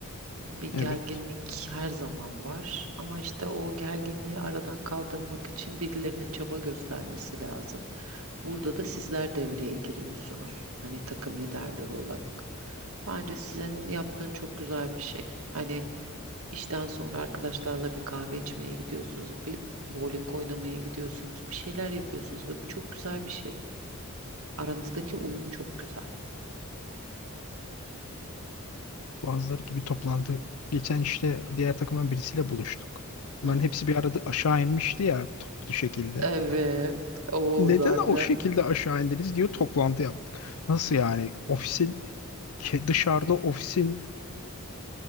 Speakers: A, on the right; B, on the left.
A: Bir gerginlik
B: Evet.
A: her zaman var ama işte o gerginliği aradan kaldırmak için birilerinin çaba göstermesi lazım. Burada da sizler devreye giriyorsunuz. Hani takım liderleri olarak. Bence sizin yaptığın çok güzel bir şey. Hani işten sonra arkadaşlarla bir kahve içmeye gidiyorsunuz, bir bowling oynamaya gidiyorsunuz, bir şeyler yapıyorsunuz ve bu çok güzel bir şey. Aranızdaki uyum çok güzel.
B: Bazıları gibi toplandı. Geçen işte diğer takımdan birisiyle buluştuk. Bunların
A: Hı.
B: hepsi bir arada aşağı inmişti ya toplu şekilde.
A: Evet. O
B: Neden
A: zaten.
B: o şekilde aşağı indiniz diyor toplantı yaptık. Nasıl yani? Ofisin ke- dışarıda ofisin